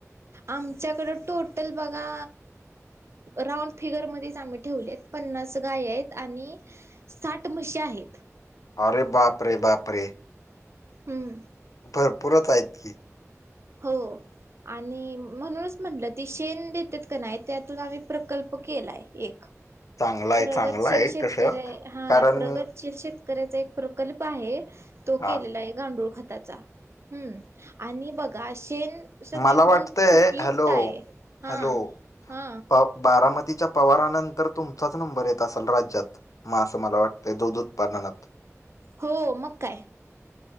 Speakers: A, on the right (about 55°); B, on the left (about 85°).
A: आमच्याकडं टोटल बघा राऊंड फिगरमध्येच आम्ही ठेवलेत पन्नास गाय आहेत आणि साठ म्हशी आहेत
B: अरे बापरे बापरे
A: हम्
B: भरपूरच आहेत की
A: हो आणि म्हणूनच म्हटलं ती शेण देतात का नाही त्यातून आम्ही प्रकल्प केलाय एक
B: चांगला आहे,
A: प्रगतशील
B: चांगला आहे
A: शेतकऱ्या
B: तसं.
A: हा
B: कारण
A: प्रगतशील शेतकरी. शेतकर्‍याचा एक प्रकल्प आहे तो
B: हां,
A: केलेला आहे. गांडूळ खताचा हम् आणि बघा शेन सगळीकडं
B: मला वाटतंय
A: उपयुक्त
B: हॅलो,
A: आहे हा
B: हॅलो
A: हा
B: प बारामतीच्या पवारानंतर तुमचाच नंबर येत असल राज्यात मग असं मला वाटतं दूध उत्पादनात
A: हो मग काय